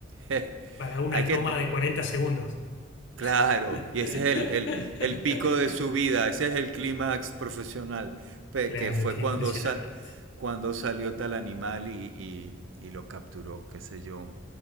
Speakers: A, on the right; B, on the left.
A: <laughs>
B: para una
A: Hay que
B: toma
A: te-
B: de 40 segundos.
A: Claro,
B: <laughs>
A: y ese es el, el, el pico de su vida, ese es el clímax profesional, pe-
B: Claro,
A: que fue
B: qué
A: cuando,
B: impresionante.
A: sa- cuando salió tal animal y, y- y lo capturó, qué sé yo.